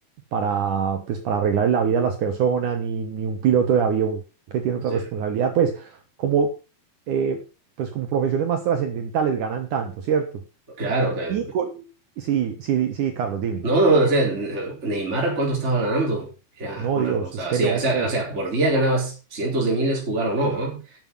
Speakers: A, on the right (about 65°); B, on the right (about 15°).
A: para, pues, para arreglar la vida a las personas, ni, ni un piloto de avión que tiene
B: sí,
A: otra responsabilidad, pues como, eh, pues como profesiones más trascendentales ganan tanto, ¿cierto?
B: claro, o sea,
A: Y con... Sí, sí, di- sí, Carlos, dime.
B: no, no, o sea, Neymar, ¿cuánto estaba ganando? Era
A: No,
B: una
A: Dios,
B: cosa,
A: es que
B: así,
A: no,
B: o sea,
A: pues.
B: o sea, por día ganabas cientos de miles, jugar o no, ¿no?